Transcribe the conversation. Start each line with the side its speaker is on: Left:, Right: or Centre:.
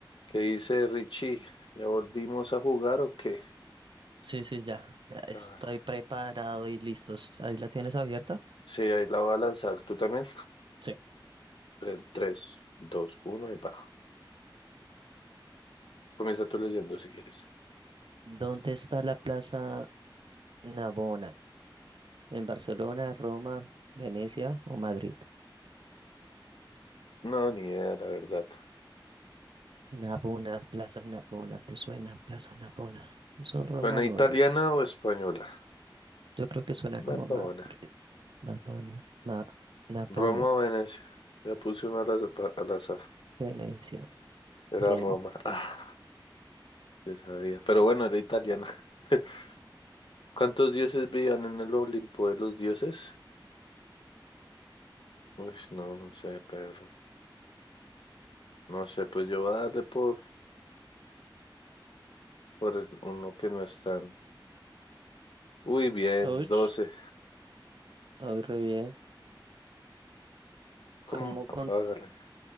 Left: ¿Qué dice Richie? ¿Ya volvimos a jugar o qué?
Right: Sí, sí, ya, ya estoy
Left: A ver,
Right: preparado y listos. ¿Ahí la tienes abierta?
Left: sí, ahí la voy a lanzar. ¿Tú también?
Right: Sí.
Left: Tre- tres dos uno y pa. Comienza tú leyendo si quieres.
Right: ¿Dónde está la Plaza Navona? ¿En Barcelona, Roma, Venecia o Madrid?
Left: No, ni idea, la verdad.
Right: Navona, Plaza Navona, que suena Plaza Navona. Eso Roma
Left: buena
Right: no
Left: italiana
Right: es.
Left: o española?
Right: Yo creo que suena como
Left: Una babona.
Right: Madrid, Madonna, Ma, Navona,
Left: ¿Roma o Venecia? Ya puse una al azar. pa- al azar.
Right: Venecia,
Left: Era
Right: Roma.
Left: Roma. Ah, ya sabía. Pero bueno, era italiana. <laughs> ¿Cuántos dioses vivían en el Olimpo de los dioses? Uy, no, no sé, perro. No sé, pues yo voy a darle por, por el uno que no es tan Uy, bien,
Right: Uy,
Left: doce
Right: hoy re bien.
Left: ¿Cómo?
Right: ¿Cómo
Left: Hágale.